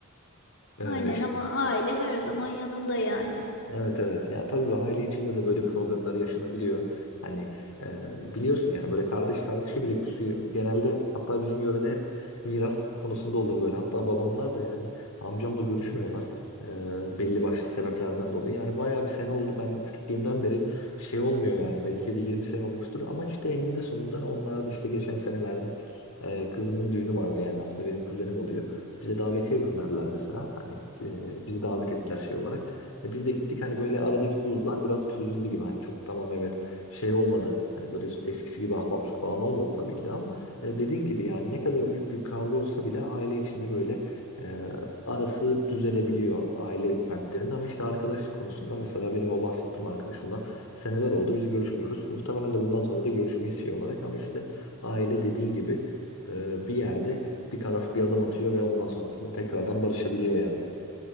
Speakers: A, on the left (about 80°); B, on the left (about 55°).
A: Ee,
B: aynen
A: işte
B: ama aile her zaman yanında yani.
A: Evet evet ya tabii aile içinde de böyle problemler yaşanabiliyor. Hani e, biliyorsun yani böyle kardeş kardeşi bile kusuyor. Genelde hatta bizim yörede hep miras konusunda olur böyle. Hatta babamlar da yani amcamla görüşmüyorlar. e, belli başlı sebeplerden dolayı. Yani bayağı bir sene oldu ben küçüklüğümden beri şey olmuyor yani belki de 20 sene olmuştur. Ama işte eninde sonunda onlar da işte geçen senelerde e, kızının düğünü vardı yani aslında benim kuzenim oluyor. Bize davetiye gönderdiler mesela. Hani e, bizi davet ettiler şey olarak. E, biz de gittik hani böyle aradaki buzlar biraz çözüldü gibi hani çok tamam evet şey olmadı. Hani böyle eskisi gibi ahbaplık falan olmadı tabii ki de ama e, dediğin gibi yani ne kadar büyük bir kavga olsa bile aile içinde böyle e, arası düzelebiliyor aile fertlerinin ama işte arkadaş konusunda mesela benim o bahsettiğim arkadaşımla seneler oldu biz görüşmüyoruz. Muhtemelen de bundan sonra da görüşmeyi şey olarak ama işte aile dediğin gibi e, bir yerde bir taraf bir adım atıyor ve ondan sonrasında tekrardan barışabiliyor yani.